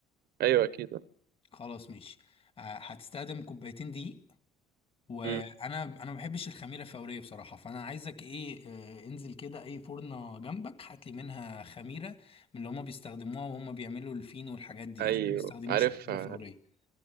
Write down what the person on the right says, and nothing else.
ايوه اكيد
امم
ايوه
عارفها